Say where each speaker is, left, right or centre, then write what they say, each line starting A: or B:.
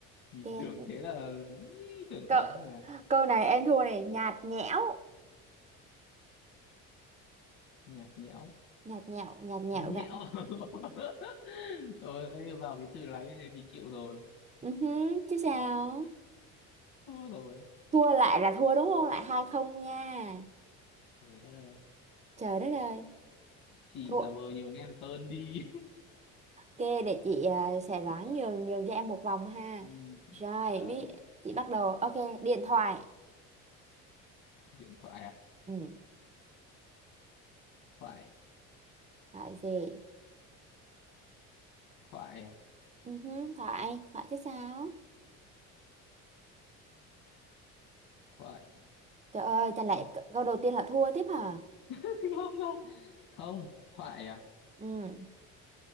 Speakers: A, on the left; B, on the right.
A: thì
B: ok.
A: tưởng thế là ý, tưởng
B: Cậu,
A: thắng rồi à
B: câu này em thua này, nhạt nhẽo,
A: nhạt nhẽo
B: nhạt nhẽo, nhạt nhẽo
A: nhẽo
B: gạo.
A: <laughs> rồi vào cái từ láy này thì chịu rồi
B: Ừ hứ, chứ sao?
A: thua rồi
B: Thua lại là thua đúng không? Lại hai không nha.
A: trời đất ơi
B: Trời đất ơi,
A: chị
B: thua.
A: giả vờ nhường em tơn đi
B: Ok, để chị à, sẽ ráng
A: <laughs>
B: nhường nhường cho em một vòng ha.
A: Ừ,
B: Rồi,
A: ờ,
B: ví chị bắt đầu. Ok, điện thoại.
A: điện thoại à
B: Ừ,
A: thoại
B: phải gì?
A: thoại à
B: Ừ, hứ, Thoại, Thoại chứ sao?
A: thoại
B: Trời ơi, chẳng
A: Ồ,
B: lẽ c- câu đầu tiên là thua tiếp hả?
A: <laughs> không không không thoại à
B: Ừ.